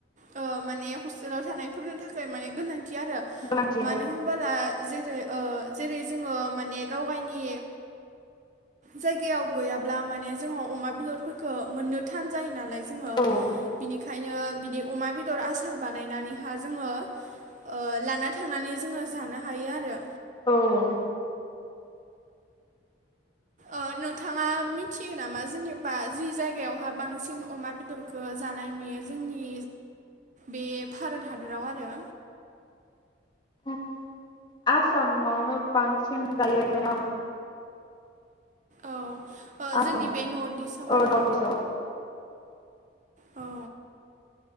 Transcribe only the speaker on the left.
गोनांथि
औ
औ
ओम आसामावनो बांसिन जायो बायदि मोनो आं
आसाम
औ
नर्थ इस्टआव